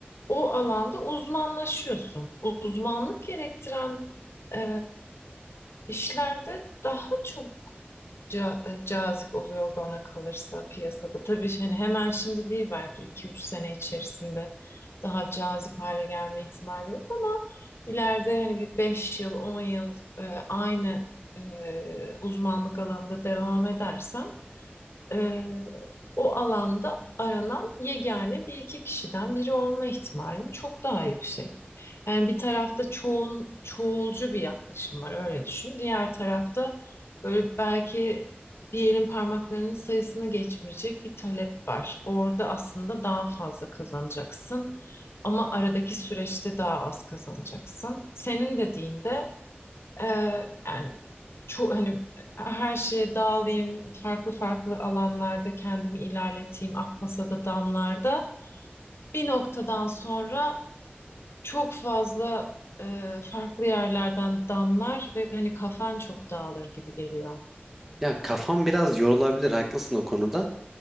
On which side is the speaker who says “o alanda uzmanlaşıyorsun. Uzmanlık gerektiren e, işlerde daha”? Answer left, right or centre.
Left